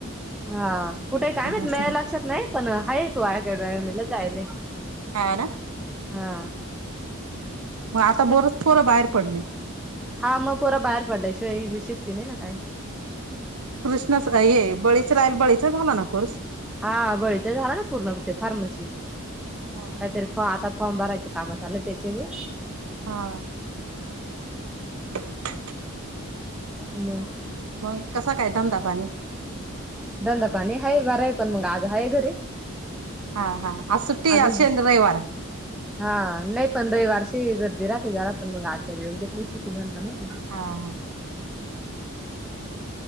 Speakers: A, in the centre; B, on the right.
A: हा कुठे कायमहितं
B: असेल
A: माया लक्षात नाही पण हा तू अकॅडमी जायला
B: हा ना
A: हा
B: मग आता बरंच पोरं बाहेर पडले
A: हा मग पोरं बाहेर पडल्याशिवाय हि बि शिकती नाही ना काय
B: कृष्ण हे बळीच राहील बळीचा झाला ना कोर्स
A: हा बळीचा झाला ना पूर्णप ते फार्मसी.
B: हा
A: काहीतरी
B: हा
A: फॉ आता फॉर्म भरायं कामा झाले त्याचे मी.
B: हा. <unintelligible>
A: मग.
B: मग कसा काय धंदा पाणी.
A: दंदा पाणी आहेा बर आहे पण मग आज हा आहे घरीच.
B: हा हा आ सु्ट
A: अजून
B: अ शेंद रविवार.
A: हा नाही पण रविवारशी गर्दी राहते जरा पण मग आजच्या दिवस घेतली सुटी म्हनला नाही का.
B: हां.